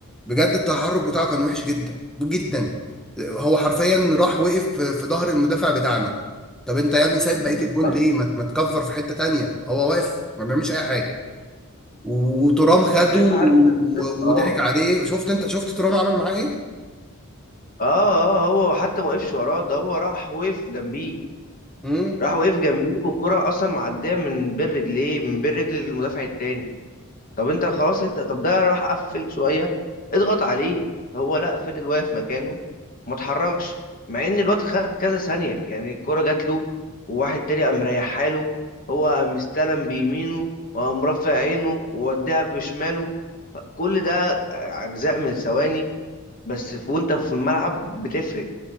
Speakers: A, in the centre; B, on the left (about 40°).
A: بجد التحرك بتاعه كان وحش جدا جدا هو حرفيا راح وقف في في ظهر المدافع بتاعنا طب انت يا ابني سايب
B: بالظبط
A: بقيه الجون ليه ما ت- ما تكفر في حته تانية هو واقف ما بيعملش اي حاجه وترام خده
B: يا ريته
A: و-
B: حتى وراه
A: وضحك عليه شفت انت شفت ترام عمل معاه ايه
B: اه اه هو حتى ما وقفش وراه ده هو راح وقف جنبيه
A: امم
B: راح وقف جنبيه والكرة اصلا معديه من بين رجليه من بين رجل المدافع التاني طب انت خلاص انت طب ده راح قفل شويه اضغط عليه هو لا فضل واقف مكانه ما اتحركش مع ان الواد خد كذا ثانيه يعني الكره جات له وواحد تاني قام ريحها له هو قام استلم بيمينه وقام رافع عينه ووديها بشماله فكل ده اجزاء من ثواني بس في- وانت في الملعب بتفرق